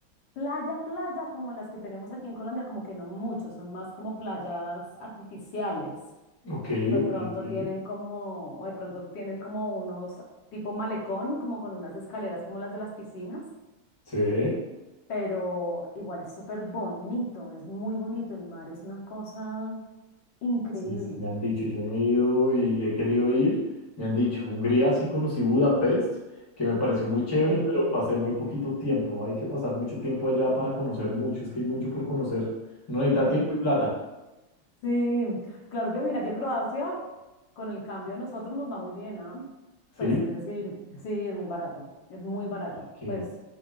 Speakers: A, on the left; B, on the left.
A: playa, playa, como las que tenemos aquí en Colombia, como que no mucho, son más como playas artificiales,
B: Ok,
A: o
B: ok,
A: de pronto
B: ok.
A: tienen como, o de pronto tienen como unos tipo malecón, como con unas escaleras como las de las piscinas,
B: Sí.
A: pero igual es súper bonito, es muy bonito, el mar es una cosa increíble.
B: Sí, sí, me han dicho, yo no he ido y he querido ir, me han dicho, Hungría sí conocí Budapest, que me pareció muy chévere,
A: Ay,
B: pero
A: divino.
B: pasé muy poquito tiempo, no hay que pasar mucho tiempo allá para conocer mucho, es que hay mucho por conocer, no necesita
A: Es
B: tiempo
A: demasiado.
B: y plata,
A: Sí, claro que mira que Croacia, con el cambio a nosotros nos va muy bien, ¿ah? Pues
B: ¿sí?
A: es decir, sí, es muy barato, es muy barato.
B: Que,
A: Pues